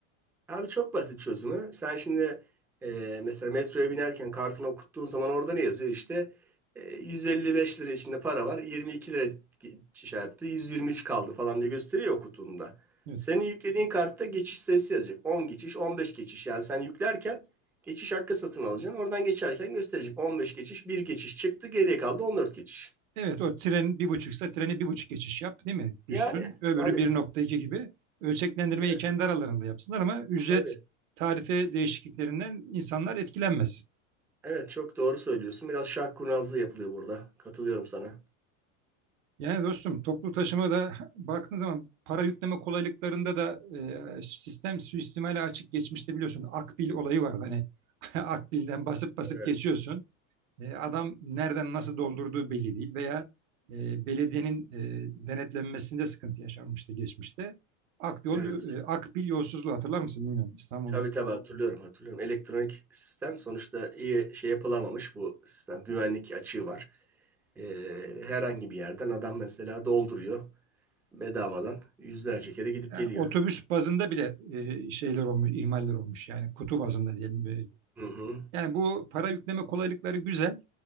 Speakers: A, in the centre; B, on the right.
A: Abi çok basit çözümü. Sen şimdi e, mesela metroya binerken kartını okuttuğun zaman orada ne yazıyor? İşte e, 155 lira içinde para var. 22 lira şey yaptı. 123 kaldı falan diye gösteriyor okuduğunda.
B: Evet.
A: Senin yüklediğin kartta geçiş sayısı yazacak. 10 geçiş, 15 geçiş. Yani sen yüklerken geçiş hakkı satın alacaksın. Oradan geçerken gösterecek. 15 geçiş, bir geçiş çıktı. Geriye kaldı 14 geçiş.
B: Evet o tren bir buçuksa treni bir buçuk geçiş yap değil mi? Düşsün.
A: Yani
B: Öbürü
A: tabii.
B: bir nokta iki gibi ölçeklendirmeyi
A: Evet,
B: kendi aralarında yapsınlar ama ücret
A: tabii.
B: tarife değişikliklerinden insanlar etkilenmesin.
A: Evet çok doğru söylüyorsun. Biraz şark kurnazlığı yapılıyor burada. Katılıyorum sana.
B: Yani dostum toplu taşıma da <laughs> baktığın zaman para yükleme kolaylıklarında da e, sistem suistimale açık geçmişte biliyorsun. Akbil olayı var. Hani <laughs> Akbil'den basıp basıp
A: Evet,
B: geçiyorsun. E, adam nereden nasıl doldurduğu belli değil veya e, belediyenin e, denetlenmesinde sıkıntı yaşanmıştı geçmişte. Akyol,
A: evet.
B: e, Akbil yolsuzluğu hatırlar mısın bilmiyorum İstanbul'da.
A: Tabii tabii hatırlıyorum, hatırlıyorum. Elektronik sistem sonuçta iyi şey yapılamamış bu sistem. Güvenlik açığı var. Ee, herhangi bir yerden adam mesela dolduruyor bedavadan yüzlerce kere gidip
B: E,
A: geliyor.
B: otobüs bazında bile e, şeyler olmuş, ihmaller olmuş yani kutu bazında diyelim. böyle.
A: Hı hı,
B: Yani bu para yükleme kolaylıkları güzel.